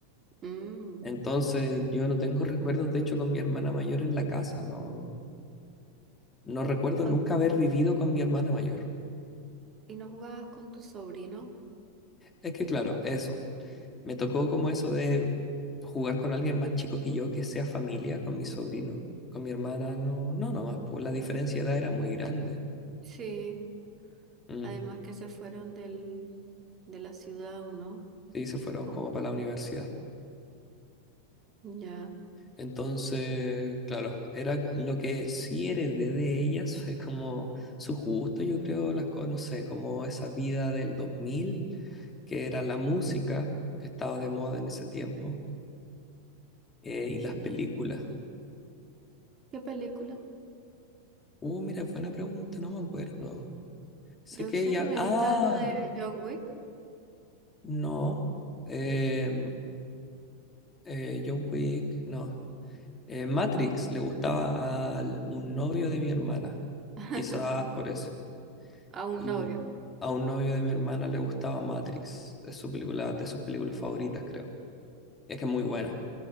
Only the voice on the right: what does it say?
Mm.
Con-
¿y no jugabas con tu sobrino?
Sí,
además que se fueron del, de la ciudad, ¿o no?
Con,
ya.
¿Qué película?
Yo
sé
que me
dijiste algo de John Wick
<laughs>
a un
novio.
Ya.